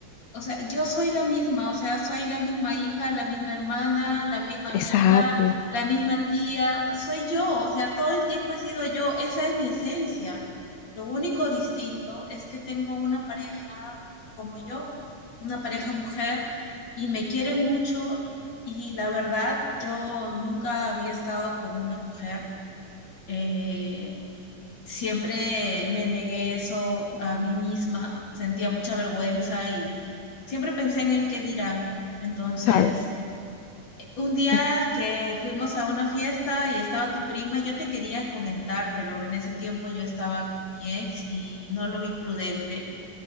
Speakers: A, on the left; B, on the left.
A: o sea, yo soy la misma, o sea, soy la misma hija, la misma hermana, la misma amiga,
B: Exacto,
A: la misma tía, soy yo, o sea, todo el tiempo he sido yo, esa es mi esencia. Lo único distinto es que tengo una pareja como yo, una pareja mujer, y me quiere mucho, y la verdad, yo nunca había estado con una mujer. eh, siempre me negué eso a mí misma, sentía mucha vergüenza y siempre pensé en el qué dirán. Entonces,
B: claro.
A: un día
B: Es-
A: que fuimos a una fiesta y estaba tu prima, yo te quería comentar, pero en ese tiempo yo estaba con mi ex y no lo vi prudente.